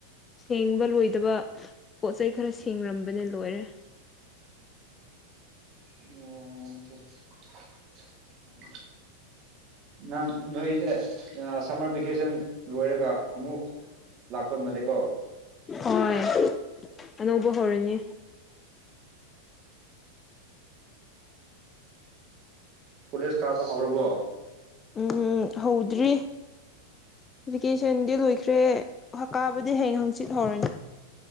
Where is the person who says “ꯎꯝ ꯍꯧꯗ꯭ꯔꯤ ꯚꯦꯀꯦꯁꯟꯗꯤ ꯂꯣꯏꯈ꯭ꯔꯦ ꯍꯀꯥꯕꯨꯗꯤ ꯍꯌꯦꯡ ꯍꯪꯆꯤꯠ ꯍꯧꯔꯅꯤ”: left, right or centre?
Left